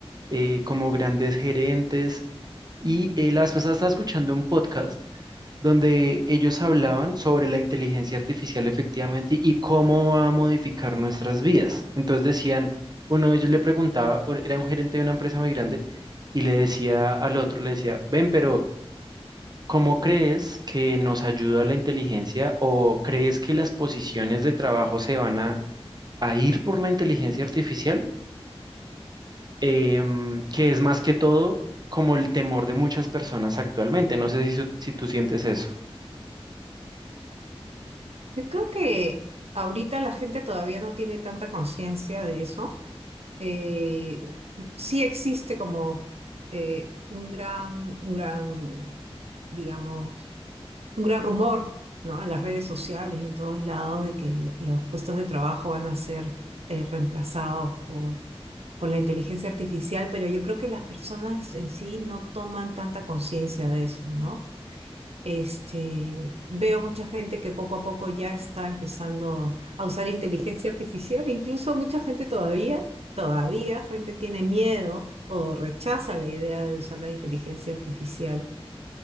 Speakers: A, on the right (about 40°); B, on the right (about 80°).
A: eh, como grandes gerentes. Y eh, la vez pasada estaba escuchando un podcast donde ellos hablaban sobre la inteligencia artificial efectivamente y cómo va a modificar nuestras vidas. Entonces decían, uno de ellos le preguntaba, o era un gerente de una empresa muy grande, y le decía al otro, le decía, ven, pero ¿cómo crees que nos ayuda la inteligencia o crees que las posiciones de trabajo se van a, a ir por la inteligencia artificial? Em, que es más que todo como el temor de muchas personas actualmente. No sé si, su- si tú sientes eso.
B: Yo creo que ahorita la gente todavía no tiene tanta conciencia de eso. Eh, sí existe como eh, un gran, un gran, digamos, un gran rumor, ¿no? En las redes sociales y en todos lados de que l- los puestos de trabajo van a ser eh, reemplazados por, por la inteligencia artificial, pero yo creo que las personas en sí no toman tanta conciencia de eso, ¿no? Este, veo mucha gente que poco a poco ya está empezando a usar inteligencia artificial, incluso mucha gente todavía, todavía gente tiene miedo o rechaza la idea de usar la inteligencia artificial,